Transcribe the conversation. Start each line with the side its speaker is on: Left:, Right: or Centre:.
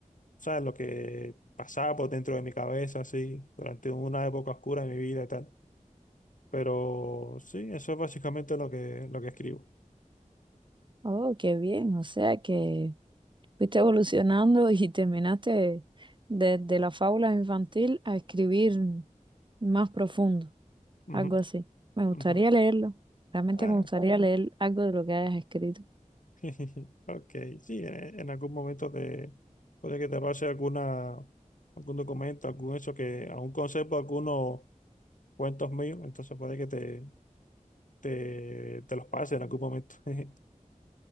Left: ¿sabes? Lo que pasaba por dentro de mi cabeza, así, durante una época oscura de mi vida y tal. Pero sí, eso es básicamente lo que, lo que escribo.
Right: Oh, qué bien, o sea que fuiste evolucionando <laughs> y terminaste desde la fábula infantil a escribir más profundo.
Left: Ujú,
Right: algo así. Me gustaría
Left: ujú.
Right: leerlo, realmente
Left: Ah,
Right: me gustaría leer algo de lo que hayas escrito.
Left: <laughs> Ok, sí, en, en algún momento te puede que te pase alguna, algún documento, algún hecho que aún conservo algunos cuentos míos, entonces puede que te, te, te los pase en algún momento. <laughs>